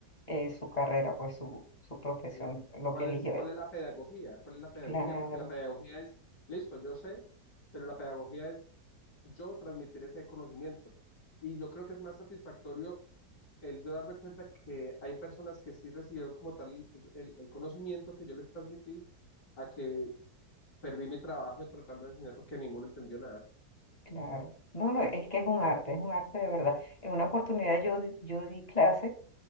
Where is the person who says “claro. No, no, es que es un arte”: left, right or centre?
Left